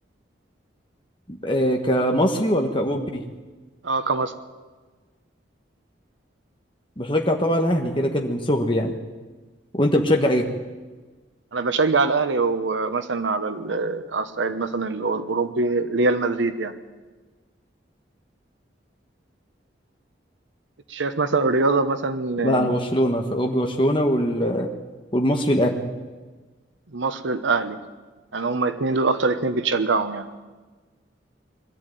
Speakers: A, on the left; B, on the right.
A: آه كمصري ولا كاوروبي
B: اه كمصر
A: بشجع طبعا الاهلي كده كده من صغري يعني وانت بتشجع ايه
B: انا بشجع الاهلي ومثلا على ال- على الصعيد مثلا اللي هو الاوروبي ريال مدريد يعني انت شايف مثلا الرياضه مثلا آه،
A: لا انا برشلونه فاوب برشلونه وال... والمصري الاهلي
B: مصر الاهلي يعني هما اتنين دول اكتر اتنين بتشجعهم يعني